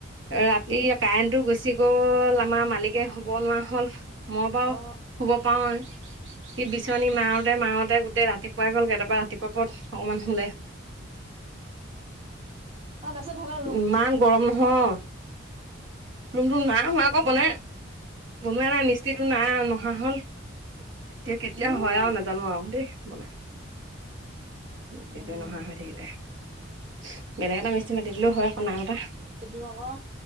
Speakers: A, on the right; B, on the right.
A: ৰাতি কাৰেণ্টটো গুচি গ'ল আমাৰ মালিকে শুব নোৱাৰা হ'ল। মই বাৰু
B: অ
A: শুব পাৰো সি বিচনী মাৰ ৰোতে মাৰোতে গোটেই ৰাতিপুৱাই গ'লগৈ, তাৰপা ৰাতিপুৱা পৰত অকমান শুলে।
B: অ নাছ ধন <unintelligible>
A: ইমান গৰম নহয়। ৰুমটো নাই হোৱা আকৌ
B: উম
A: বনাই, বনোৱা নাই মিস্ত্ৰীটো না নহা হ'ল। এতিয়া কেতিয়া
B: উম
A: হয় আৰু নাজানো আৰু দেই বনাই। মিস্ত্ৰীটোৱে
B: উম
A: নহা হৈ থাকিলে, বেলেগ এটা মিস্ত্ৰী মাতি দিলেওঁ হয় আকৌ নাই মতা।
B: সিটো আকৌ